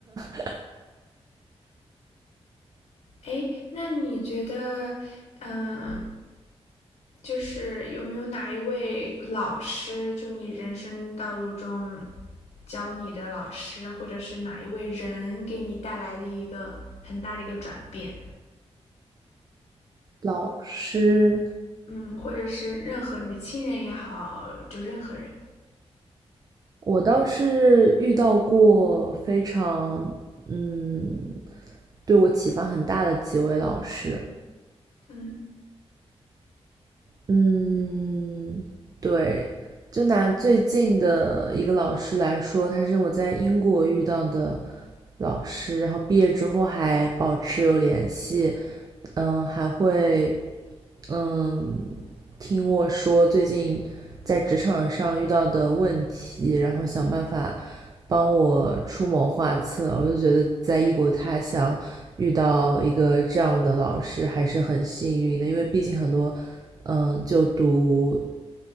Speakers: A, on the right (about 35°); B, on the left (about 75°).
A: <laughs>
B: 哎，那你觉得，嗯，就是有没有哪一位老师，就你人生道路中教你的老师，或者是哪一位人给你带来的一个很大的一个转变？
A: 老师，
B: 嗯，或者是任何你的亲人也好，就任何人。
A: 我倒是遇到过非常，嗯，对我启发很大的几位老师。
B: 嗯
A: 嗯，对，就拿最近的一个老师来说，他是我在英国遇到的老师，然后毕业之后还保持有联系，嗯，还会嗯听我说最近在职场上遇到的问题，然后想办法帮我出谋划策。我就觉得在异国他乡遇到一个这样的老师还是很幸运的，因为毕竟很多嗯就读。